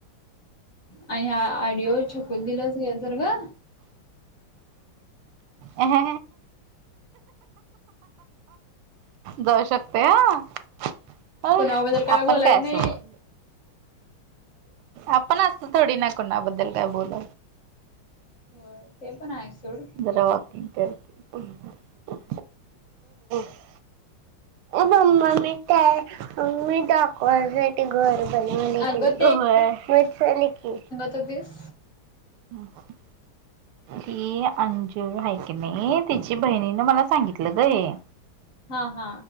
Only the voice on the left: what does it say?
आणि आडिओ छकून दिलंच गे तर ग.
कुणाबद्दल
बोलायच
नाही
होय ते पण आहे सोड
अगं
च्स
हा हा.